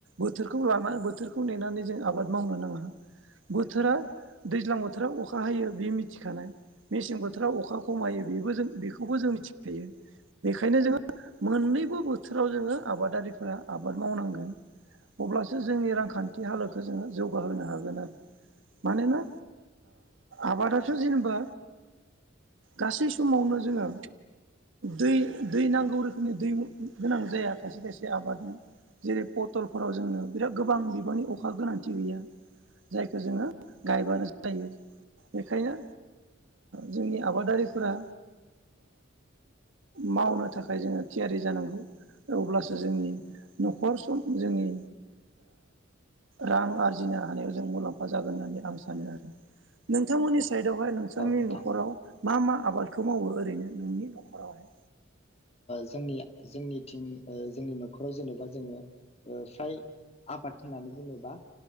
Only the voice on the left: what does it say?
औ नोंथां
जोंनि जोंनिथिं जोंनि नखराव जेनेबा जोङो फ्राय आबाद होननानै बुङोबा।